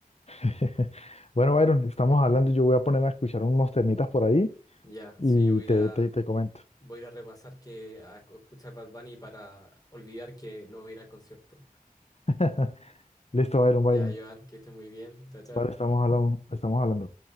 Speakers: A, on the left; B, on the left.
A: <laughs> Bueno, Byron, estamos hablando, yo voy a ponerme a escuchar unos temitas por ahí
B: Ya,
A: y
B: sí, yo voy a
A: te,
B: ir a,
A: te, te comento.
B: voy a ir a repasar que a escuchar Bad Bunny para olvidar que no voy a ir al concierto.
A: <laughs> Listo, Byron, Byron.
B: Ya, Joan, que estés muy bien. Chao, chao.
A: Vale, estamos hablando, estamos hablando.